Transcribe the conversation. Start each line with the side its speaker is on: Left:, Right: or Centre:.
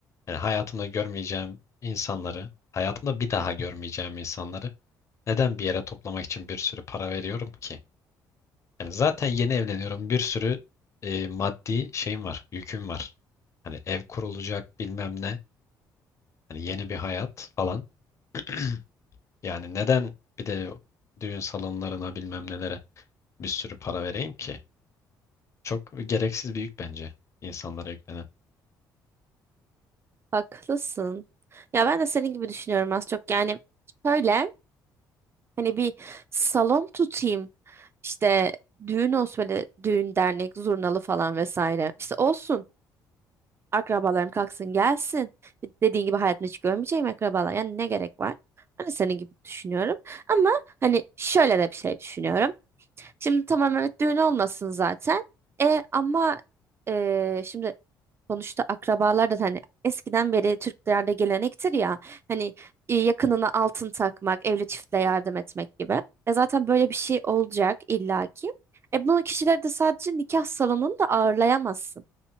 Left: Yani hayatımda görmeyeceğim insanları, hayatımda bir daha görmeyeceğim insanları neden bir yere toplamak için bir sürü para veriyorum ki? Yani zaten yeni evleniyorum. Bir sürü e, maddi şeyim var, yüküm var. Hani ev kurulacak bilmem ne. Hani yeni bir hayat falan. <clears throat> Yani neden bir de düğün salonlarına bilmem nelere bir sürü para vereyim ki? Çok gereksiz bir yük bence insanlara yüklenen.
Right: Haklısın. Ya ben de senin gibi düşünüyorum az çok. Yani şöyle hani bir salon tutayım. İşte düğün olsun böyle düğün dernek zurnalı falan vesaire. İşte olsun. Akrabalarım kalksın gelsin. Dediğin gibi hayatımda hiç görmeyeceğim akrabalar. Yani ne gerek var? Hani senin gibi düşünüyorum. Ama hani şöyle de bir şey düşünüyorum. Şimdi tamam evet düğün olmasın zaten. E ama e, şimdi sonuçta akrabalar da hani eskiden beri Türklerde gelenektir ya hani e, yakınına altın takmak, evli çiftle yardım etmek gibi. E zaten böyle bir şey olacak illaki. E bunu kişileri de sadece nikah salonunda ağırlayamazsın.